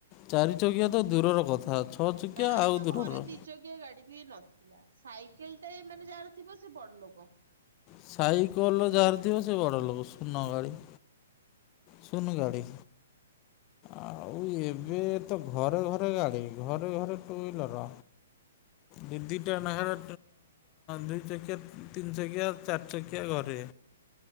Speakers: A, on the left; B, on the right.
A: ଚାରି ଚକିଆ ତ ଦୂରର କଥା ଛଅ ଚକିଆ
B: ପ୍ରାୟତଃ
A: ଆଉ ଦୂରର।
B: ଘରେ ଦି ଚକିଆ ଗାଡି ବି ନଥିଲା ସାଇକେଲ ଟାଏ ମାନେ ଯାହାର ଥିବ ସେ ବଡ ଲୋକ।
A: ସାଇକେଲ ଯାର ଥିବ ସେ ବଡ ଲୋକ। ଶୂନ ଗାଡି। ସୁନ୍ ଗାଡ଼ି। ଆଉ ଏବେ
B: ହୁଁ।
A: ତ ଘରେ ଘରେ ଗାଡ଼ି ଘରେ ଘରେ ଟୁ ୱିଲର୍। ଦି ଦି ଟା ନାଖେ ଦୁଇ ଚକିଆ ତିନି ଚକିଆ ଚାରି ଚକିଆ ଘରେ।